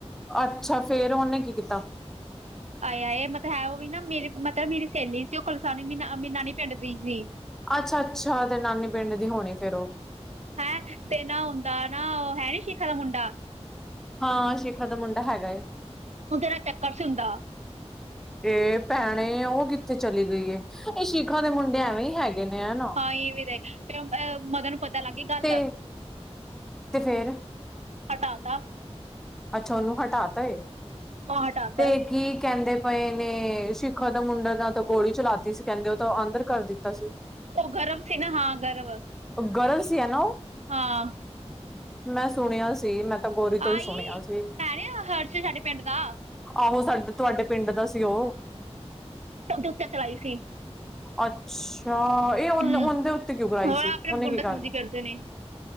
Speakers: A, in the centre; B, on the right (about 85°).
A: ਅੱਛਾ, ਫੇਰ ਉਹਨੇ ਕੀ ਕੀਤਾ?
B: ਆਇ-ਆਇ, ਇਹ ਮਤਲਬ ਹੈ ਉਹ ਵੀ ਨਾ ਮੇਰੀ ਮਤਲਬ ਮੇਰੀ ਸਹੇਲੀ ਸੀ, ਉਹ ਕੁਲਸਾਨੀ ਮਨਾਨੀ ਪਿੰਡ ਦੀ ਸੀ।
A: ਅੱਛਾ-ਅੱਛਾ ਤੇ ਨਾਨੀ ਪਿੰਡ ਦੀ ਹੋਣੀ ਫੇਰ ਉਹ।
B: ਹੈਂ, ਤੇ ਨਾ ਹੁੰਦਾ ਨਾ ਓਹ ਹੈ ਨੀ ਸ਼ਿਖਾ ਦਾ ਮੁੰਡਾ?
A: ਹਾਂ, ਸ਼ੀਖਾ ਦਾ ਮੁੰਡਾ ਹੈਗਾ ਏ।
B: ਉਹਦੇ ਨਾਲ ਚੱਕਰ ਸੀ ਉਂਦਾ।
A: ਇਹ ਭੈਣੇ ਉਹ ਕਿੱਥੇ ਚਲੀ ਗਈਏ? ਇਹ ਸ਼ੀਖਾ ਦੇ ਮੁੰਡੇ ਐਵੇਂ ਹੀ ਹੈਗੇ ਨੇ ਹਨਾ।
B: ਆਂਈ ਵੀਰੇ ਤੇ ਓ ਮਦਰ ਨੂੰ ਪਤਾ ਲੱਗ ਗੀ ਗੱਲ।
A: ਤੇ ਤੇ ਫੇਰ
B: ਹਟਾ ਤਾ।
A: ਅੱਛਾ, ਉਨੂੰ ਹਟਾ ਤਾ ਏ
B: ਹਾਂ ਹਟਾ ਤਾ
A: ਤੇ ਕੀ ਕੈਂਦੇ ਪਏ ਨੇ ਸ਼ੀਖਾ ਦਾ ਮੁੰਡਾ ਦਾ ਤਾਂ ਗੋਲੀ ਚਲਾਤੀ ਸੀ, ਕੈਂਦੇ ਓ ਤਾਂ ਆਂਦਰ ਕਰ ਦਿੱਤਾ ਸੀ।
B: ਓ ਗਰਵ ਸੀ ਨਾ ਹਾਂ ਗਰਵ।
A: ਗਰਵ ਸੀ ਹੈਨਾ ਓ?
B: ਹਾਂ।
A: ਮੈਂ ਸੁਣਿਆ ਸੀ ਮੈਂ ਤਾਂ ਗੋਰੀ ਤੋਂ
B: ਆਈ
A: ਈ ਸੁਣਿਆ ਸੀ
B: ਹੈ ਨਾ ਹਰਸ਼ ਸਾਡੇ ਪਿੰਡ ਦਾ
A: ਆਹੋ ਸਾਡੇ ਤੁਆਡੇ ਪਿੰਡ ਦਾ ਸੀ ਓ।
B: ਕ ਦੋ ਟਕਰਾਈ ਸੀ?
A: ਅੱਛਾ, ਏ ਓਂ
B: ਹੂੰ
A: ਓੰਦੇ ਉੱਤੇ ਕਿਉਂ ਕਰਾਈ
B: ਹੋਰ
A: ਸੀ
B: ਆਪਣੇ ਆਪ
A: ਓਨੇ
B: ਗੁੰਡਾ
A: ਕੀ ਕਰ
B: ਸਮਝੀ
A: ਤਾ?
B: ਫਿਰਦੇ ਨੇ